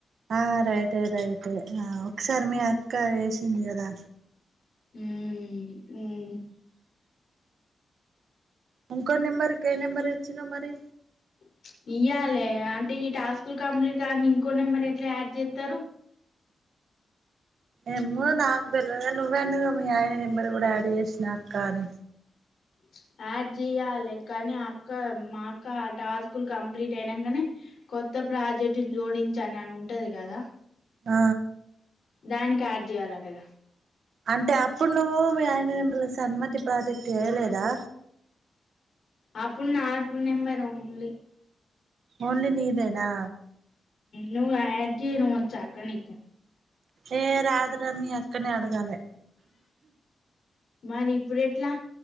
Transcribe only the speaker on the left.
మ్మ్ మ్మ్
ప్చ్ ఇయ్యాలే అంటే ఈ టాస్కులు కంప్లీట్ గన్ది ఇంకో నెంబర్ ఎట్లా యాడ్చెత్తారు.
ప్చ్ యాడ్ చేయాలే కానీ అక్క మా అక్క ఆ టాస్కులు కంప్లీట్ అయినంకనే కొత్త ప్రాజెక్ట్ జోడించండి అని ఉంటది కదా
దానికె యాడ్ జెయాలంటగా
అప్పుడు నాకు నెంబర్ ఉన్లి
నువ్వు ఆడ్ చేయడం వచ్చా అక్కనీకు
మరి ఇప్పుడు ఎట్లా